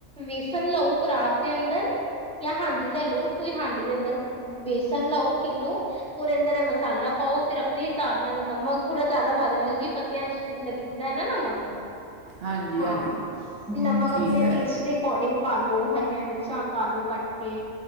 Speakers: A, in the centre; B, on the right.
A: ਵੇਸਣ ਲਊ ਪਰਾਤ ਦੇ ਅੰਦਰ ਜਾਂ ਹਾਂਡੀ ਲੈ ਲਓ ਤੁਸੀ ਹਾਂਡੀ ਦੇ ਅੰਦਰ ਬੇਸਨ ਲਓ ਕਿੱਲੋ ਓਹਦੇ ਅੰਦਰ ਏ ਮਸਾਲਾ ਪਾਓ ਫਿਰ ਆਪਣੀ ਹਿਸਾਬ ਨਾਲ ਨਮਕ ਥੋੜ੍ਹਾ ਜਿਆਦਾ ਪਾ ਦੇਣਾ ਕਿਉਂਕਿ ਪੱਤਿਆਂ ਚ ਲੱਗਦਾ ਹੈ ਨਾ ਨਮਕ
B: ਹਾਂਜੀ
A: ਹਾਂ
B: ਹਾਂਜੀ
A: ਨਮਕ
B: ਠੀਕ
A: ਆਪਣੇ
B: ਹੈ
A: ਟੈਸਟ ਦੇ ਅਕੋਰਡਿੰਗ ਪਾਲੋ ਹਰੀਆਂ ਮਿਰਚਾਂ ਪਾਾਲੋ ਕੱਟ ਕੇ